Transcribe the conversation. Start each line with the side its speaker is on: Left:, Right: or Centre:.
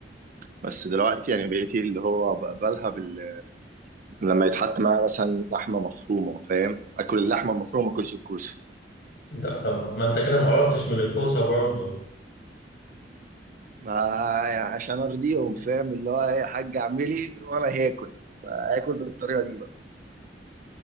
Right: بس دلوقتي يعني بقيت اللي هو بقبلها بال... لما يتحط معاها مثلا لحمة مفرومة فاهم اكل اللحمة المفرومة ما اكلش الكوسة
Left: ده- طب ما انت كده ما عرفتش من الكوسه برضه
Right: ما- يعني عشان ارضيهم فاهم اللي هو ايه يا حاج اعملي وانا هاكل فاكل بالطريقة دي بقى